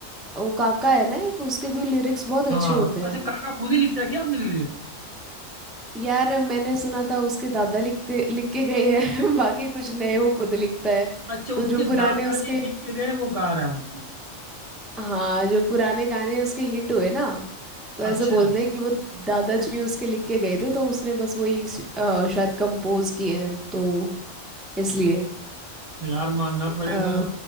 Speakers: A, in the centre; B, on the right.
A: वो काका है ना एक उसके भी लिरिक्स बहुत अच्छे
B: हाँ
A: होते
B: अच्छा
A: हैं
B: काका खुद ही लिखता है क्या आपने लिरिक्स
A: यार मैंने सुना था उसके दादा लिखते लिख के गए हैं <laughs> बाकी कुछ नए वो खुद लिखता है
B: अच्छा उसके
A: तो जो पुराने
B: दादाजी
A: उसके
B: लिख के गए वो गा रहा है उनको
A: हाँ जो पुराने गाने उसके हिट हुए ना तो ऐसे
B: अच्छा
A: बोलते हैं कि वो दादाजी उसके लिख के गए थे तो उसने बस वही श- अ, शायद कंपोज किए हैं तो इसलिए
B: यार मानना पड़ेगा
A: अ,